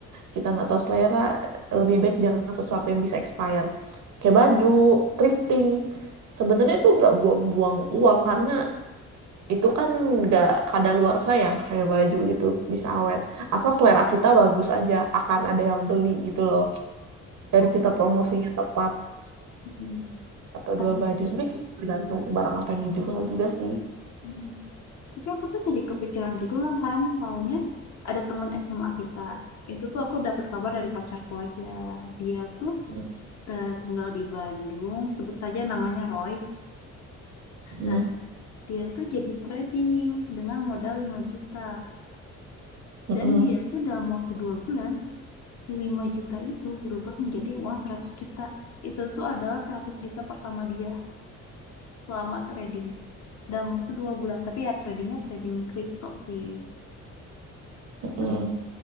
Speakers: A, on the right; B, on the left.
A: kita nggak tahu selera lebih baik jangan sesuatu yang bisa expire kayak baju thrifting sebenarnya itu nggak buang-buang uang karena itu kan nggak kadaluarsa ya kayak baju gitu bisa awet asal selera kita bagus aja akan ada yang beli gitu loh dan
B: Oh,
A: kita promosinya tepat
B: mm.
A: satu
B: Nah,
A: dua baju sebenarnya tergantung barang apa yang dijual juga sih
B: mm. tapi aku tuh jadi kepikiran gitu lah kan, soalnya ada teman SMA kita. Itu tuh aku dapat kabar dari pacarku aja. Dia tuh
A: Mm,
B: eh, tinggal di Bandung, sebut saja namanya Roy.
A: mm,
B: Nah, dia tuh jadi trading dengan modal 5 juta.
A: mm,
B: Dan dia tuh dalam waktu dua bulan, si 5 juta itu berubah menjadi uang 100 juta. Itu tuh adalah 100 juta pertama dia selama trading. Dalam waktu dua bulan. Tapi ya tradingnya trading kripto sih.
A: mm,
B: Terus
A: mm.